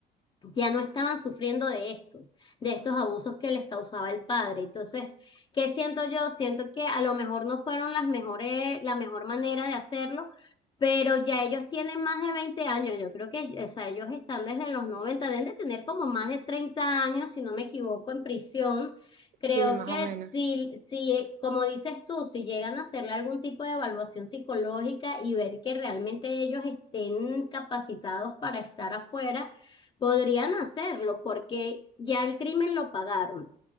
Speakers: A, on the left; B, on the right.
A: ya no estaban sufriendo de esto, de estos abusos que les causaba el padre. Entonces, ¿qué siento yo? Siento que a lo mejor no fueron las mejores, la mejor manera de hacerlo, pero ya ellos tienen más de 20 años. Yo creo que, o sea, ellos están desde los 90, deben de tener como más de 30 años, si no me equivoco, en prisión.
B: sí,
A: Creo
B: más
A: que
B: o menos.
A: si, si, como dices tú, si llegan a hacerle algún tipo de evaluación psicológica y ver que realmente ellos estén capacitados para estar afuera, Podrían hacerlo porque ya el crimen lo pagaron.